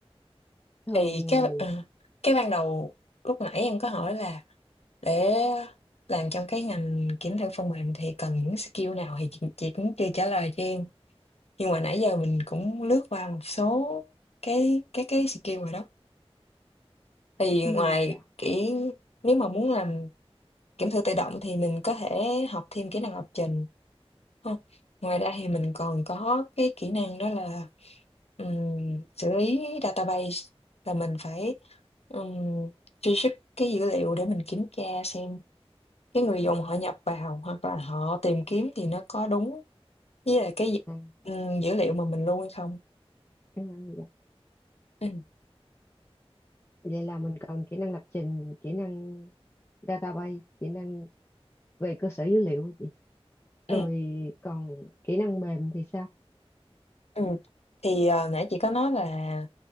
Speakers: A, on the left (about 25°); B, on the left (about 80°).
A: thường
B: Thì cái ờ, cái ban đầu lúc nãy em có hỏi là Để làm trong cái ngành kiểm thử phần mềm thì cần những skill nào thì chị, chị cũng chưa trả lời cho em. Nhưng mà nãy giờ mình cũng lướt qua một số cái cái cái skill rồi đó. Thì
A: ừ,
B: ngoài
A: dạ
B: kỹ nếu mà muốn làm kiểm thử tự động thì mình có thể học thêm kỹ năng lập trình không? Ngoài ra thì mình còn có cái kỹ năng đó là ừm, xử lý database là mình phải um, truy xuất cái dữ liệu để mình kiểm tra xem cái người dùng họ nhập vào hoặc là họ tìm kiếm thì nó có đúng với lại cái dữ
A: à,
B: ừm, dữ liệu mà mình lưu hay không.
A: à, dạ
B: Ừ.
A: vậy là mình cần kỹ năng lập trình kỹ năng database kỹ năng về cơ sở dữ liệu hả chị
B: Ừ.
A: rồi còn kỹ năng mềm thì sao
B: Ừ. Thì ờ, nãy chị có nói là